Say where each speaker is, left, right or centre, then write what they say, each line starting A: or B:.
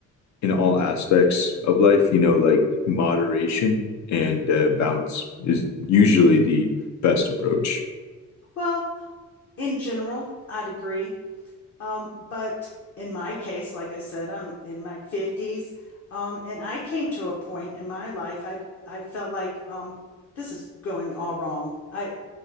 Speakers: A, on the left (about 65°); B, on the left (about 50°).
A: in all aspects of life, you know, like moderation and uh, balance is usually the best approach.
B: Well, in general, I'd agree. Um, but in my case, like I said, I'm in my 50s. Um, and I came to a point in my life I I felt like um, this is going all wrong. I,